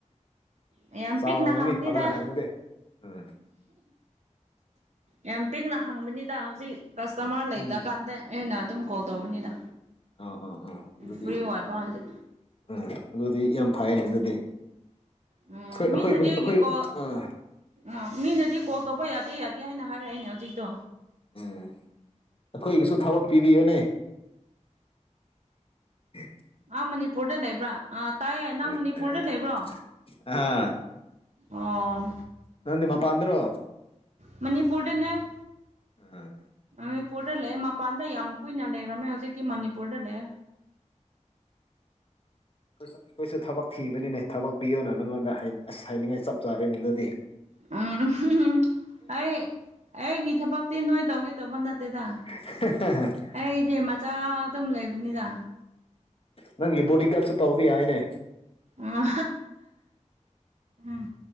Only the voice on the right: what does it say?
ꯌꯥꯝ
ꯄꯤꯛꯅ ꯍꯥꯡꯕꯅꯤꯗ
ꯌꯥꯝ ꯄꯤꯛꯅ ꯍꯥꯡꯕꯅꯤꯗ ꯍꯧꯖꯤꯛ ꯀꯁꯇꯃꯔ ꯂꯩꯇ
ꯀꯥꯟꯗ ꯑꯩꯅ ꯑꯗꯨꯝ ꯀꯣꯜ ꯇꯧꯕꯅꯤꯗ
ꯐ꯭ꯔꯤ ꯑꯣꯏꯏ ꯄ ꯍꯧꯖꯤ
ꯎꯝ
ꯃꯤꯅꯗꯤ
ꯑꯩꯒꯤ ꯀꯣꯜ
ꯑꯥ ꯃꯤꯅꯗꯤ ꯀꯣꯜ ꯇꯧꯕ ꯌꯥꯗꯦ ꯌꯥꯗꯦ ꯍꯥꯏꯅ ꯍꯥꯏꯔꯛꯑꯏꯅꯦ ꯍꯧꯖꯤꯛꯇꯣ
ꯑꯥ ꯃꯅꯤꯄꯨꯔꯗ ꯂꯩꯕ꯭ꯔꯥ ꯑꯥ ꯇꯥꯏꯌꯦ ꯅꯪ
ꯃꯅꯤꯄꯨꯔꯗ
ꯂꯩꯕ꯭ꯔꯣ
ꯑꯣ
ꯃꯅꯤꯄꯨꯔꯗꯅꯦ
ꯃꯅꯤꯄꯨꯔꯗ ꯂꯩ ꯃꯄꯥꯟꯗ ꯌꯥꯝ ꯀꯨꯏꯅ ꯂꯩꯔꯝꯃꯦ ꯍꯧꯖꯤꯛꯇꯤ ꯃꯅꯤꯄꯨꯔꯗ ꯂꯩ
ꯎꯝ ꯑꯩ ꯑꯩꯒꯤ ꯊꯕꯛꯇꯤ ꯅꯣꯏ ꯇꯧꯒꯦ ꯇꯧꯕ ꯅꯠꯇꯦꯗ
ꯑꯩ ꯃꯥꯆꯥ ꯑꯗꯨꯝ ꯂꯩꯕꯅꯤꯗ
ꯑꯣ ꯎꯝ